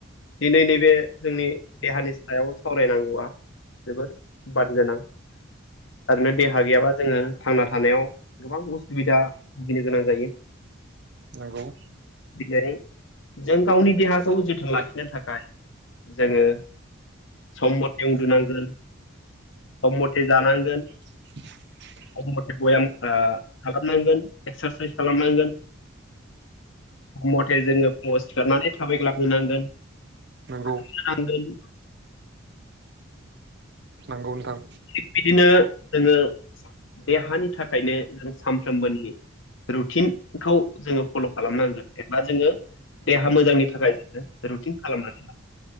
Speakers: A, on the left (about 65°); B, on the right (about 55°).
A: दिनै नैबे जोंनि देहानि सायाव सावरायनांगौआ जोबोद बानगोनां थारैनो देहा गैयाबा जोङो थांना थानायाव गोबां उसुबिदा भुगिनो गोनां जायो
B: नंगौ
A: बिदायारि <unintelligible> जों गावनि देहाखौ जोथोन लाखिनो थाखाय जोङो सम मथे उन्दुनांगोन सम मथे जानांगोन
B: <inaudible>
A: मथ मथे बयाम आ खालामनांगोन एक्सारसाइस खालामनांगोन सम <unintelligible> थे जोङो फुङाव सिखारनानै थाबायग्लांनो खारनो
B: नंगौ
A: नांगोन
B: नांगौ नोंथां
A: थिग बिदिनो जोङो देहानि थाखायनो जों सानफ्रोमबोनि रुटिनखौ जोङो फल' खालामनांगोन एबा जोङो देहा मोजांनि थाखाय जों रुटिन खालामनानै ला